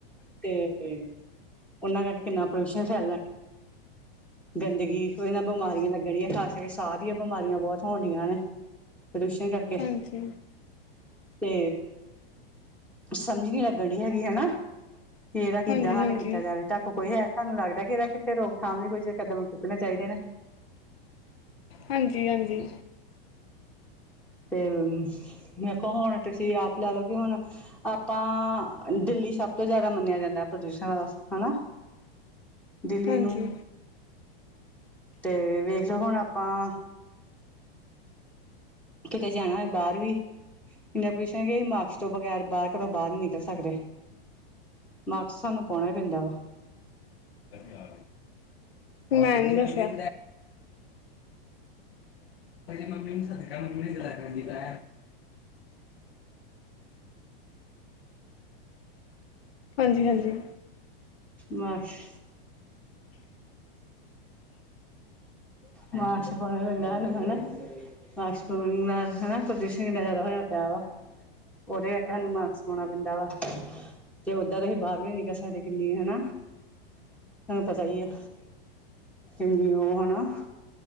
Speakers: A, in the centre; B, on the left (about 85°).
A: ਤੇ--ਤੇ ਉਹਨਾਂ ਕਰਕੇ ਕਿੰਨਾ ਪੋਲਿਊਸ਼ਨ ਫੈਲਿਆ, ਗੰਦਗੀ ਉਹਦੇ ਨਾਲ ਬਿਮਾਰੀਆਂ ਲੱਗ, ਜਿਹੜੀਆਂ ਖਾਂਸੀ ਕਰਕੇ ਸਾਹ ਦੀਆਂ ਬਿਮਾਰੀਆਂ ਬਹੁਤ ਹੋਣਦੀਆਂ ਨੇ ਪੋਲਿਊਸ਼ਨ ਕਰਕੇ,
B: ਹਾਂਜੀ
A: ਤੇ ਸਮਝ ਨਹੀ ਲੱਗਣ ਡਈ ਹੈਗੀ ਹਨਾ, ਕਿ ਇਹਦਾ ਕਿੱਦਾਂ
B: ਹਾਂਜੀ
A: ਹੱਲ
B: ਹਾਂਜੀ
A: ਕੀਤਾ ਜਾਵੇ ਤੱਕ ਕੋਈ ਹੈ ਤੁਹਾਨੂੰ ਲੱਗਦਾ ਕਿ, ਇਹਦਾ ਕਿਤੇ ਰੋਕਥਾਮ ਲਈ ਕੋਈ ਕਦਮ ਚੁੱਕਣੇ ਚਾਹੀਦੇ ਨੇ,
B: ਹਾਂਜੀ, ਹਾਂਜੀ
A: ਤੇ ਵੇਖੋ ਹੁਣ ਤੁਸੀਂ ਆਪ ਲੈ ਲਓ ਕਿ ਹੁਣ, ਆਪਾਂ ਦਿੱਲੀ ਸਭ ਤੋਂ ਜ਼ਿਆਦਾ ਮੰਨਿਆ ਜਾਂਦਾ ਪ੍ਰਦੂਸ਼ਣ ਵਾਸਤੇ ਹਨਾ, ਦਿੱਲੀ
B: ਹਾਂਜੀ
A: ਨੂੰ ਤੇ ਵੇਖ ਲਓ ਹੁਣ ਆਪਾਂ ਕਿਤੇ ਜਾਣਾ ਹੋਏ ਬਾਹਰ ਵੀ, ਇੰਨਾ ਪੋਲਿਊਸ਼ਨ ਹੈ ਕੀ ਅਸੀ ਮਾਕਸ ਤੋਂ ਬਗੈਰ ਬਾਹਰ ਘਰੋਂ ਬਾਹਰ ਨੀ ਨਿਕਲ ਸਕਦੇ, ਮਾਕਸ ਸਾਨੂੰ ਪਾਉਣਾ ਹੀ ਪੈਂਦਾ ਵਾ,
B: ਅੱਛਾ, ਮੈਂ ਨਹੀ ਦੱਸਿਆ, ਮਮੀ ਸ ਮੰ ਦਾਖਦੀ ਹ ਹਾਂਜੀ ਹਾਂਜੀ।
A: ਮਾਕਸ ਮਸ਼ਪਣੇ ਵਲੂੰ ਮਣਾ ਮਾਸਕ ਨਾਲ ਹਨਾ ਪ੍ਰਦੂਸ਼ਣ ਇੰਨਾ ਜ਼ਿਆਦਾ ਹੋਇਆ ਪਿਆ ਵਾ ਉਹਦੇ ਕਰਕੇ ਸਾਨੂੰ ਮਾਕਸ ਪਾਉਣਾ ਪੈਂਦਾ ਵਾ, ਤੇ ਓਦਾਂ ਦਾ ਅਸੀਂ ਬਾਹਰ ਵੀ ਨੀ ਨਿਕਲ ਸਕਦੇ ਕਿੰਨੀ ਹਨਾ ਤੁਹਾਨੂ ਪਤਾ, ਹੈਈ ਹੈ ਹਂਜੀ ਉਹ ਹਨਾ